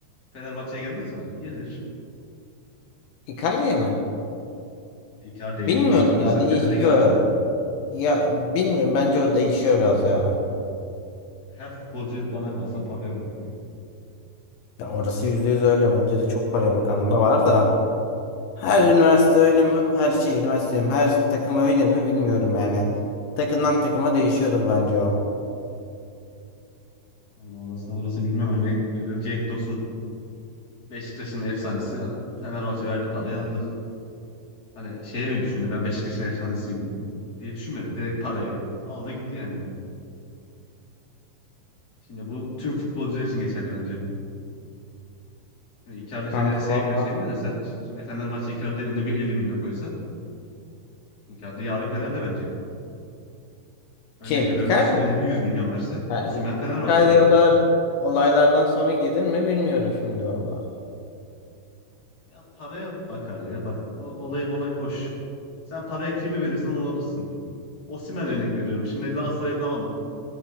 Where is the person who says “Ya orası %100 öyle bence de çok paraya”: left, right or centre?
Left